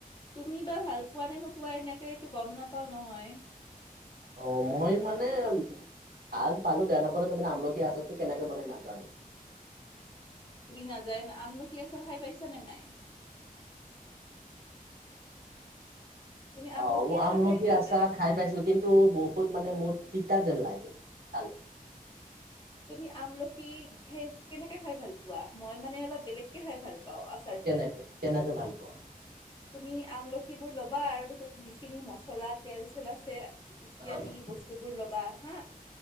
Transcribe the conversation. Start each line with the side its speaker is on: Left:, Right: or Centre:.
Left: তুমি কিবা ভাল পোৱা নে নোপোৱা এনেকে এইটো গ'ম নাপাওঁ নহয়।
Right: অ' মই মানে ভাল পালোঁ বেয়া নাপালোঁ। তাৰমানে আমলখি আছাৰতো কেনেকে বনাই নাজানোঁ।
Left: তুমি নাযায়া আমলখি আছাৰ খাই পাইছা নে নাই? তুমি
Right: অ' মই
Left: আচাৰ
Right: আমলখি
Left: খাই পোৱা
Right: আছাৰ
Left: নাই
Right: খাই পাইছোঁ। কিন্তু টোৰ বহুত মানে মোৰ তিতা যেন লাগে খালে।
Left: তুমি আমলখি সেই কেনেকে খাই ভাল পোৱা। মই মানে অলপ বেলেগকে খাই ভাল পাওঁ। আছ থ্ৰাৰ্টি,
Right: কেনেকে কেনেকে ভাল পোৱা
Left: তুমি আমলখি বোৰ ল'বা তাৰপিছত যিখিনি মছলা তেল চেল আছে ইত্যাদি
Right: অ
Left: বস্তু বস্তুবোৰ ল'বা হা